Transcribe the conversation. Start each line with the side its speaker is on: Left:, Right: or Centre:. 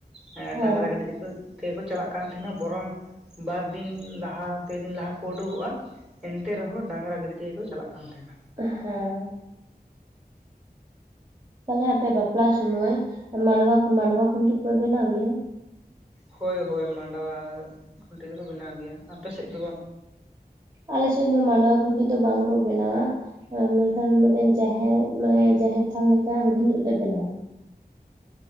Centre: ᱦᱮᱸᱰᱟᱝᱨᱟ
Right: ᱦᱮᱸ
Centre: ᱜᱟᱹᱰᱤ ᱛᱮᱠᱚ ᱛᱮᱜᱮ ᱠᱚ ᱪᱟᱞᱟᱜ ᱠᱟᱱ ᱛᱟᱦᱮᱱᱟ ᱵᱚᱨᱚᱝ ᱵᱟᱨ ᱫᱤᱱ ᱞᱟᱦᱟ ᱯᱮ ᱫᱤᱱ ᱞᱟᱦᱟ ᱠᱚ ᱩᱰᱩᱠᱚᱜᱼᱟ, ᱮᱱᱛᱮ ᱨᱮᱦᱚᱸ ᱰᱟᱝᱨᱟ ᱜᱟᱹᱰᱤ ᱛᱮᱜᱮ ᱠᱚ ᱪᱟᱞᱟᱜ ᱠᱟᱱ ᱛᱟᱸᱦᱮᱱᱟ᱾
Right: ᱦᱮᱸ ᱛᱟᱦᱚᱞᱮ ᱟᱯᱮ ᱵᱟᱯᱞᱟ ᱥᱩᱢᱚᱭ ᱢᱟᱰᱣᱟ ᱢᱟᱰᱣᱟ ᱠᱷᱩᱱᱴᱤ ᱯᱮ ᱵᱮᱱᱟᱣ ᱜᱮᱭᱟ?
Centre: ᱦᱳᱭ ᱦᱳᱭ ᱢᱟᱰᱣᱟ ᱠᱷᱩᱱᱴᱤ ᱫᱚᱠᱚ ᱵᱮᱱᱟᱣ ᱜᱮᱭᱟ᱾ ᱟᱯᱮᱥᱮᱫ ᱫᱚ?
Right: ᱟᱞᱮᱥᱮᱫ ᱫᱚ ᱢᱟᱰᱣᱟ ᱠᱷᱩᱱᱴᱤ ᱫᱚ ᱵᱟᱝ ᱠᱚ ᱵᱮᱱᱟᱣᱟ᱾ ᱢᱮᱱᱠᱷᱟᱱ ᱢᱤᱫᱴᱮᱱ ᱡᱟᱦᱮᱨ ᱢᱟᱱᱮ ᱡᱟᱦᱮᱨ ᱛᱷᱟᱱ ᱞᱮᱠᱟ ᱦᱩᱰᱤᱧ ᱧᱚᱜ ᱞᱮ ᱵᱮᱱᱟᱣᱟ᱾